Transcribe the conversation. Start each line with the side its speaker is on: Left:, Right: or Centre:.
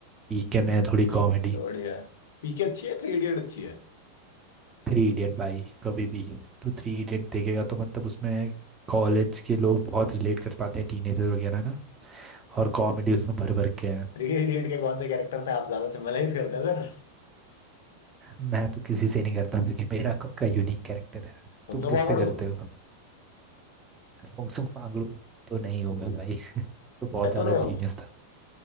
Right: पीके
Left: पीके
Right: में है थोड़ी कॉमेडी
Left: तो बढ़िया है पीके अच्छी है थ्री इडियट अच्छी है
Right: थ्री इडियट भाई कभी भी तू थ्री इडियट देखेगा तो मतलब उसमें कॉलेज के लोग बहुत रिलेट कर पाते हैं टीनेजर वगैरह ना और कॉमेडी उसमें भर भर के है
Left: थ्री इडियट के कौन से कैरेक्टर से आप ज्यादा सिमिलाइज करते हैं सर
Right: मैं तो किसी से नहीं करता हूँ क्योंकि मेरा खुद का यूनिक कैरेक्टर है तुम
Left: उनसे
Right: किससे
Left: पकड़ू
Right: करते हो फुंगसुक फांगड़ू तो नहीं हो मैं भाई तो बहुत
Left: चतुर
Right: ज्यादा जीनियस
Left: हो
Right: था